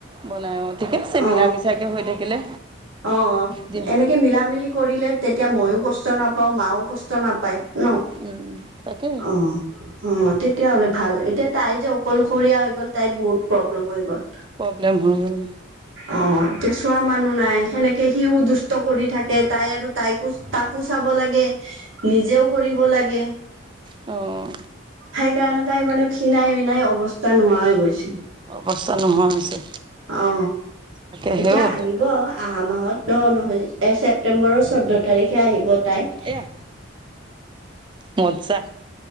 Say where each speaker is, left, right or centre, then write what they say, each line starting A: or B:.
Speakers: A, on the right; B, on the right.
A: বনাই অ ঠিকেছে
B: অ
A: মিলা মিছাকে হৈ থাকিলে।
B: অ
A: দিয়া
B: এনেকে মিলা মিলি কৰিলে, তেতিয়া মইয়ো কষ্ট নাপাওঁ মাও কষ্ট নাপায় ন,
A: উম তাকে
B: অ অ তেতিয়াাহলে ভাল এতিয়া তাই যে অকলশৰীয়া হৈ গ'ল তাইৰ বহুত প্ৰব্লেম হৈ গ'ল।
A: প্ৰব্লেম হৈ গল।
B: অ এতিয়া চোৱা মানুহ নাই। সেনেকে সিও দুষ্ট কৰি থাকে, তাই আৰু তাইকো তাকো চাব লাগে। নিজেও কৰিব লাগে।
A: অঁ।
B: সেই কাৰণে, তাই মানে খিণাই মিনাই অৱস্থা নোহোৱা হৈ গৈছে।
A: অৱস্থা নোহোৱা হৈছে
B: অ
A: তাকেহে
B: এতিয়া
A: অ
B: আহিব। অহা মাহত অ নহয়, ছেপ্টেম্বৰৰ চৈধ্য তাৰিখে আহিব তাই।
A: এয়া মজ্জা